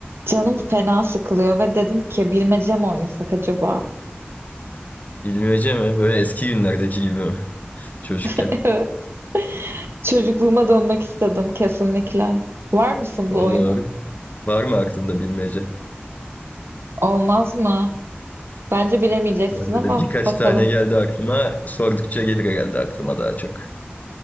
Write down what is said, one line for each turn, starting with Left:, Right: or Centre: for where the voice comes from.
Right: Canım fena sıkılıyor ve dedim ki bilmece mi oynasak acaba?
Left: Bilmece mi? Böyle eski günlerdeki gibi mi? <laughs> Çocukken.
Right: <laughs> Evet. Çocukluğuma dönmek istedim kesinlikle. Var mısın
Left: Olur.
Right: bu oyuna?
Left: Var mı aklında bilmece?
Right: Olmaz mı? Bence bilemeyeceksin
Left: Bende
Right: ama
Left: de birkaç
Right: bakalım.
Left: tane geldi aklıma. Sordukça gelir herhalde aklıma daha çok.